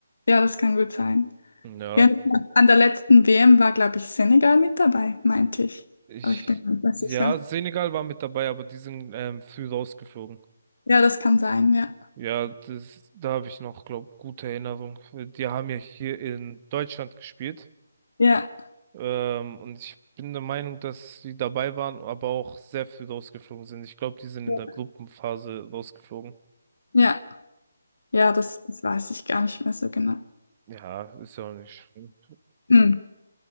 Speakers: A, on the left; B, on the right.
A: Ja, das kann gut sein.
B: Ja,
A: Ja, an der letzten WM war, glaube ich, Senegal mit dabei, meinte ich.
B: Ich,
A: Aber ich bin mir nicht mehr sicher.
B: ja, Senegal war mit dabei, aber die sind ähm, früh rausgeflogen.
A: Ja, das kann sein, ja.
B: Ja, das, da habe ich noch, glaub, gute Erinnerung. Die haben ja hier in Deutschland gespielt.
A: Ja,
B: Ähm, und ich bin der Meinung, dass sie dabei waren, aber auch sehr früh rausgeflogen sind. Ich glaube, die sind
A: ja,
B: in der Gruppenphase rausgeflogen.
A: ja, ja, das, das weiß ich gar nicht mehr so genau.
B: Ja, ist ja auch nicht schlimm.
A: Hm.